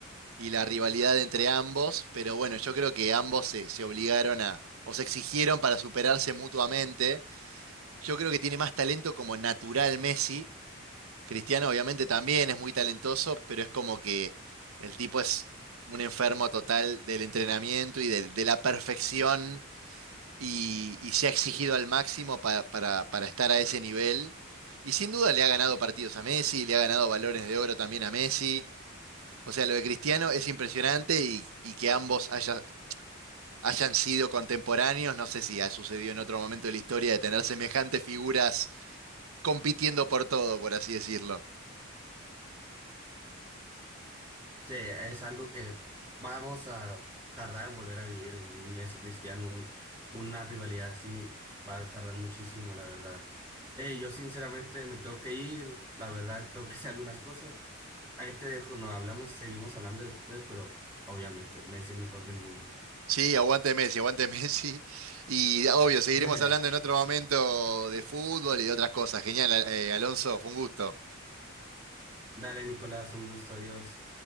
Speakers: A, on the right; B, on the right.
A: y la rivalidad entre ambos, pero bueno, yo creo que ambos se, se obligaron a, o se exigieron para superarse mutuamente. Yo creo que tiene más talento como natural Messi. Cristiano obviamente también es muy talentoso, pero es como que el tipo es un enfermo total del entrenamiento y del- de, la perfección y, y se ha exigido al máximo pa- para, para estar a ese nivel. Y sin duda le ha ganado partidos a Messi, le ha ganado balones de oro también a Messi. O sea, lo de Cristiano es impresionante y, y que ambos haya- hayan sido contemporáneos. No sé si ha sucedido en otro momento de la historia de tener semejantes figuras compitiendo por todo, por así decirlo.
B: Sí, es algo que vamos a tardar en volver a vivir un Messi Cristiano, un- una rivalidad así va a tardar muchísimo, la verdad. Eh, yo sinceramente me tengo que ir, la verdad tengo que hacer algunas cosas. Ahí te dejo, no hablamos, seguimos hablando después, pero obviamente Messi el mejor del mundo.
A: Sí, aguante Messi, aguante <laughs> Messi. Y obvio, seguiremos
B: <laughs>
A: hablando en otro momento de fútbol y de otras cosas. Genial, Al- eh, Alonso, fue un gusto.
B: Dale, Nicolás, un gusto, adiós.